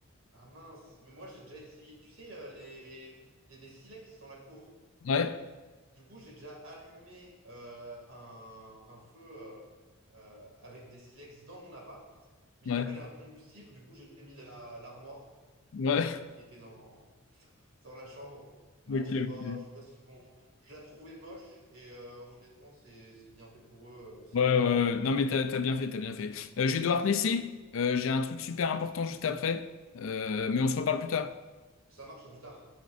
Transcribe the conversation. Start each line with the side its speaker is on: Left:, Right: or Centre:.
Right: Ah mince, mais moi j'ai déjà essayé. Tu sais, euh, les... il y a des silex dans la cour.
Left: Ouais,
Right: Du coup, j'ai déjà allumé euh, un, un feu euh, euh, avec des silex dans mon appart, mais
Left: ouais,
Right: il me fallait un combustible. Du coup, j'ai mis la, l'armoire
Left: ouais.
Right: euh,
Left: <laughs>
Right: qui était dans, dans la chambre. Bon,
Left: Ok,
Right: je sais pas,
Left: ok.
Right: je sais pas ce qu'ils vont. Je la trouvais moche et euh, honnêtement, c'est c'est bien fait pour eux euh, s'ils
Left: Ouais, ouais,
Right: l'ont plus.
Left: ouais.
Right: Donc,
Left: Non, mais
Right: euh,
Left: t'as, t'as bien fait, t'as bien fait. Euh, je vais devoir te laisser. Euh, j'ai un truc super important juste après. Euh, mais on se reparle plus tard.
Right: ça marche à plus tard.